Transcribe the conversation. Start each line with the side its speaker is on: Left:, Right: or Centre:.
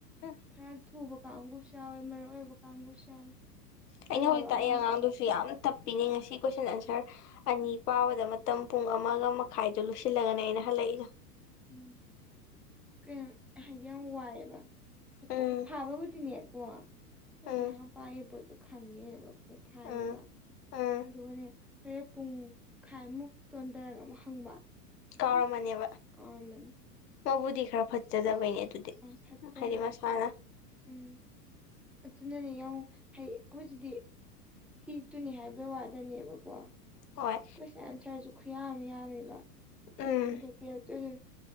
Left: ꯎꯝ
Centre: ꯈꯔ ꯊꯨꯕ ꯀꯥꯡꯕꯨꯁꯨ ꯌꯥꯎꯋꯦ ꯃꯔꯛ ꯑꯣꯏꯕ ꯀꯥꯡꯕꯨꯁꯨ ꯌꯥꯎꯋꯦ
Left: ꯑꯩꯅ
Centre: ꯑꯋꯥꯕ
Left: ꯍꯧꯖꯤꯛ ꯇꯥꯛꯏ
Centre: ꯑꯉꯥꯡꯁꯤꯅ
Left: ꯑꯉꯥꯡꯗꯨꯁꯨ ꯌꯥꯝ ꯇꯞꯄꯤꯅꯤ ꯉꯁꯤ ꯀꯣꯏꯁꯟ ꯑꯟꯁꯔ ꯑꯅꯤ ꯄꯥꯕꯗ ꯃꯇꯝ ꯄꯨꯡ ꯑꯃꯒ ꯃꯈꯥꯏꯗꯣ ꯂꯣꯏꯁꯤꯜꯂꯒꯅꯤ ꯑꯩꯅ ꯂꯩꯒ
Centre: ꯎꯝ ꯀ ꯍꯥꯏꯗꯤ ꯌꯥꯝ ꯋꯥꯔꯦꯕ
Left: ꯎꯝ
Centre: ꯄꯨꯡ ꯐꯥꯕꯕꯨꯗꯤꯅꯦ ꯀ ꯍꯧꯖꯤ
Left: ꯎꯝ
Centre: ꯉꯥꯏꯍꯥꯛ ꯄꯥꯛꯕ ꯄꯣꯠꯇꯣ ꯈꯪꯉꯦꯕꯀꯣ ꯐꯥꯏꯌꯦꯕ
Left: ꯎꯝ ꯎꯝ
Centre: ꯑꯗꯨꯒꯅꯦ ꯍꯣꯔꯦꯟ ꯄꯨꯡꯈꯥꯏꯃꯨꯛ ꯆꯣꯟꯊꯔꯒ ꯑꯃꯨꯛ ꯍꯪꯕ
Left: ꯀꯧꯔ ꯃꯅꯦꯕ
Centre: ꯀꯃꯅꯤ
Left: ꯃꯕꯨꯗꯤ ꯈꯔ ꯐꯠꯖꯗꯕꯩꯅꯦ ꯑꯗꯨꯗꯤ
Centre: ꯐꯠꯇꯦꯕ
Left: ꯍꯥꯏꯗꯤ ꯃꯁꯥꯅ
Centre: ꯎꯝ ꯑꯗꯨꯅꯅꯦ ꯌꯦꯡꯉ ꯍ ꯍꯧꯖꯤꯛꯇꯤ ꯐꯤꯇꯨꯅꯤ ꯍꯥꯏꯕꯩ ꯋꯥꯗꯅꯦꯕꯀꯣ
Left: ꯍꯣꯏ
Centre: ꯀꯣꯏꯁꯟ ꯑꯟꯁꯔꯁꯨ ꯈꯨꯌꯥꯝ ꯌꯥꯝꯃꯦꯕ
Left: ꯎꯝ
Centre: ꯑꯗꯣ ꯄꯤꯔꯛꯇꯣꯏꯗꯨ